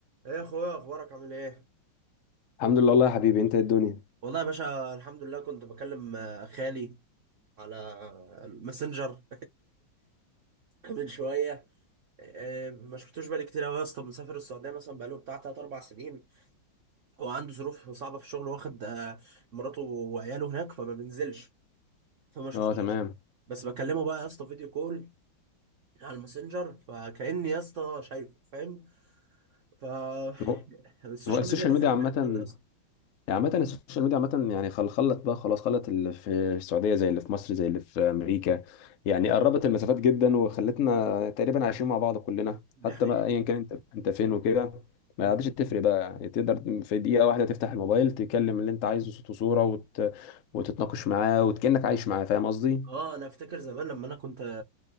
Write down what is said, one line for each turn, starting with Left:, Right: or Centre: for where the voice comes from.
Right: ايه يا اخويا اخبارك عامل ايه
Left: الحمد لله والله يا حبيبي انت ايه الدنيا
Right: والله يا باشا الحمد لله كنت بكلم آه، خالي على آه، الماسنجر <laughs> من شويه آه، ما شفتوش بقالي كتير قوي يا اسطى مسافر السعوديه مثلا بقاله بتاع 3 4 سنين هو عنده ظروف صعبه في الشغل واخد آه، مراته وعياله هناك فما بينزلش فما شفتوش
Left: اه تمام
Right: بس بكلمه بقى يا اسطى فيديو كول على الماسنجر فكأني يا اسطى شايفه فاهم ف <laughs>
Left: هو
Right: السوشيال
Left: هو السوشيال
Right: ميديا ده
Left: ميديا
Right: حاجه
Left: عامة
Right: غريبه قوي يا اسطى
Left: يعني عامة السوشيال ميديا عامة يعني خل- خلت بقى خلاص خلت اللي في السعودية زي اللي في مصر زي اللي في أمريكا يعني قربت المسافات جدا وخلتنا تقريبا عايشين مع بعض كلنا
Right: دي
Left: حتى
Right: حقيقة
Left: ما أيا كان انت انت فين وكده ما
Right: مم.
Left: عادش تفرق بقى تقدر في دقيقة واحدة تفتح الموبايل تكلم اللي انت عايزه صوت وصورة وت... وتتناقش معاه وكأنك عايش معاه فاهم قصدي؟
Right: اه انا افتكر زمان لما انا كنت